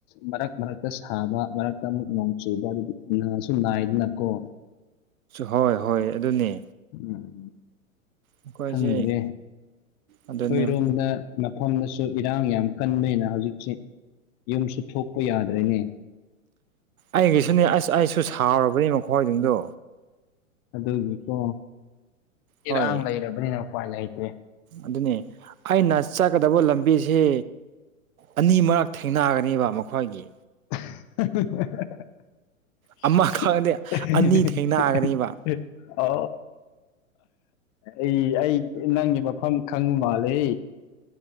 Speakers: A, on the left; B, on the right.
A: ꯃꯔꯛ ꯃꯔꯛꯇ ꯁꯥꯕ ꯃꯔꯛꯇ ꯑꯃꯨꯛ ꯅꯣꯡ ꯆꯨꯕ ꯑꯗꯨꯗꯤ ꯅꯥꯁꯨ ꯅꯥꯏꯗꯅꯀꯣ
B: ꯍꯣꯏ ꯍꯣꯏ ꯑꯗꯨꯅꯦ
A: ꯎꯝ
B: ꯑꯩꯈꯣꯏꯁꯦ
A: ꯈꯪꯗ꯭ꯔꯦ ꯑꯩꯈꯣꯏꯔꯣꯝꯗ
B: ꯑꯗꯨꯅꯦ
A: ꯃꯐꯝꯗꯁꯨ ꯏꯔꯥꯡ ꯌꯥꯝ ꯀꯟꯕꯅꯤꯅ ꯍꯧꯖꯤꯛꯁꯦ ꯌꯨꯝꯁꯨ ꯊꯣꯛꯄ ꯌꯥꯗ꯭ꯔꯦꯅꯦ
B: ꯑꯩꯒꯤꯁꯨꯅꯦ ꯑꯁ ꯑꯩꯁꯨ ꯁꯥꯎꯔꯕꯅꯤ ꯃꯈꯣꯏꯖꯤꯡꯗꯣ
A: ꯑꯗꯨꯒꯤꯀꯣ ꯏꯔꯥꯡ
B: ꯍꯣꯏ
A: ꯂꯩꯔꯕꯅꯤꯅ ꯎꯄꯥꯏ ꯂꯩꯇꯦ
B: ꯑꯗꯨꯅꯦ ꯑꯩꯅ ꯆꯠꯀꯗꯕ ꯂꯝꯕꯤꯁꯤ ꯑꯅꯤ ꯃꯔꯛ ꯊꯦꯡꯅꯒꯅꯦꯕ ꯃꯈꯣꯏꯒꯤ
A: <unintelligible> <unintelligible>
B: ꯑꯃ ꯈꯪꯉꯗꯤ ꯑꯅꯤ ꯊꯦꯡꯅꯒꯅꯤꯕ
A: ꯑ ꯑꯩ ꯑꯩ ꯅꯪꯒꯤ ꯃꯐꯝ ꯈꯪꯕ ꯃꯥꯜꯂꯦ